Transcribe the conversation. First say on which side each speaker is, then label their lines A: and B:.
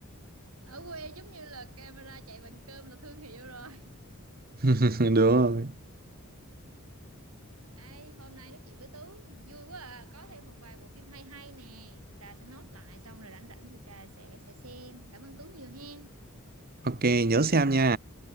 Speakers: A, on the right; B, on the right.
A: ở quê giống như là camera chạy bằng cơm là thương hiệu rồi
B: <laughs> đúng rồi
A: Ê, hôm nay nói chuyện với Tú vui quá à. Có thêm một vài bộ phim hay hay nè Trà sẽ nốt lại xong rồi rảnh rảnh thì Trà sẽ sẽ xem Cảm ơn Tú nhiều hen
B: ok nhớ xem nha